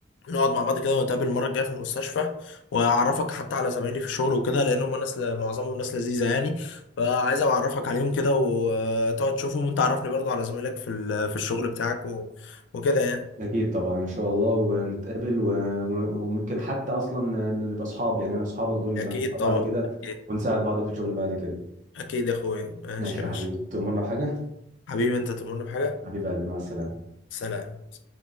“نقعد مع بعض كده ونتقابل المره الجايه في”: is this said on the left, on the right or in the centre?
Left